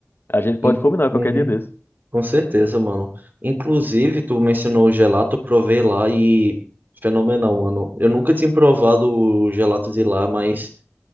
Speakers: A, on the left; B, on the right.
A: A gente pode
B: In-
A: combinar
B: Uhum,
A: qualquer dia desse.
B: com certeza, mano. Inclusive, tu mencionou o gelato, eu provei lá e fenomenal, mano. Eu nunca tinha provado o gelato de lá, mas